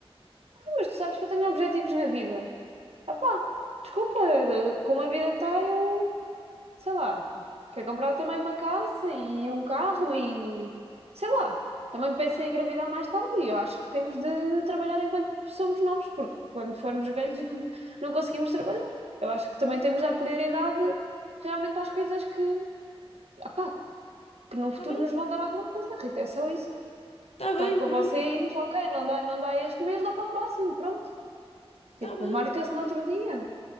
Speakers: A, on the right; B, on the left.
A: Mas tu sabes que eu tenho objetivos na vida. Ah pá, desculpa, como a vida está, eu, sei lá, quero comprar também uma casa e um carro e, sei lá, também penso em engravidar mais tarde e eu acho que temos de trabalhar enquanto somos novos, porque quando formos velhos <laughs> não, não conseguimos trabalhar. Eu acho que também temos de dar prioridade realmente às coisas que, ah pá, que no
B: Está
A: futuro
B: bem,
A: nos vão dar alguma coisa, Rita, é só isso.
B: está
A: Estar
B: bem,
A: com
B: pronto.
A: vocês, ok, não dá, não dá este mês, dá para o próximo, pronto. Tipo,
B: Está bem.
A: marca-se no outro dia.